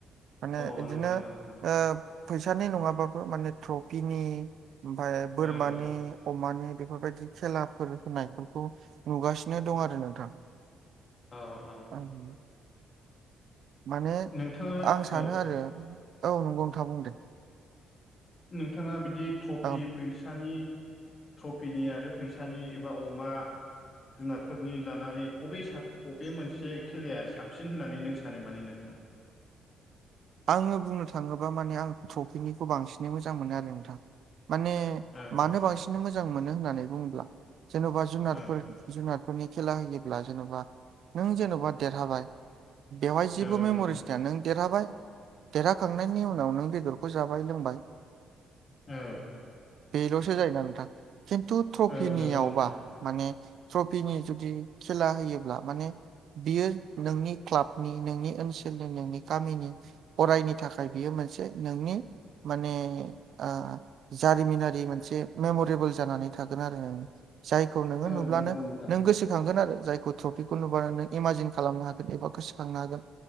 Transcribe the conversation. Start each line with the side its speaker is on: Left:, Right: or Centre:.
Right: माने
Left: अ
Right: इदिनो
Left: नंगौ नामा नोंथां
Right: ओ फैसानि नङाबाबो माने ट्र'फिनि आमफाय बोरमानि
Left: औ औ
Right: अमानि बेफोरबादि खेलाफोर होनायफोरखौ नुगासिनो दं आरो नोंथां
Left: औ औ
Right: उम माने
Left: नोंथाङा
Right: आं सानो
Left: औ
Right: आरो औ नोंगौ नोंथा बुं दे
Left: नोंथांआ बिदि ट्र'फि
Right: ओ
Left: फैसानि ट्र'फिनि आरो फैसानि एबा अमा जुनारफोरनि लानानै अबे साबसिन अबे मोनसे खेलाया साबसिन होननानै नों सानो माने नोंथां
Right: आङो बुंनो थाङोबा माने आं ट्र'फिनिखौ बांसिनै मोजां मोनो आरो नोंथां माने
Left: औ
Right: मानो बांसिन मोजां मोनो होननानै बुङोब्ला जेनोबा जुनारफोर
Left: औ
Right: जुनारफोरनि खेला होयोब्ला जेनोबा नों जेनोबा देरहाबाय बेवहाय जेबो
Left: औ
Right: मेम'रिस
Left: नोंथां
Right: थाया नों देरहाबाय देरहाखांनायनि उनाव नों बेदरखौ जाबाय लोंबाय
Left: औ
Right: बेल'सो जायोना नोंथां खिन्थु ट्र'फिनिआवबा
Left: औ नंगौ नोंथां
Right: माने ट्र'फिनि जुदि खेला होयोब्ला माने बियो नोंनि क्लाबनि नोंनि ओनसोलनि नोंनि गामिनि अरायनि थाखाय बियो मोनसे नोंनि माने ओ जारिमिनारि मोनसे मेम'रेबोल जानानै थागोन आरो जायखौ नोङो
Left: औ
Right: नुब्लानो
Left: नंगौ नोंथां
Right: नों गोसोखांगोन आरो जायखौ ट्र'फिखौ नुबानो नों इमाजिन खालामनो हागोन एबा गोसोखांनो हागोन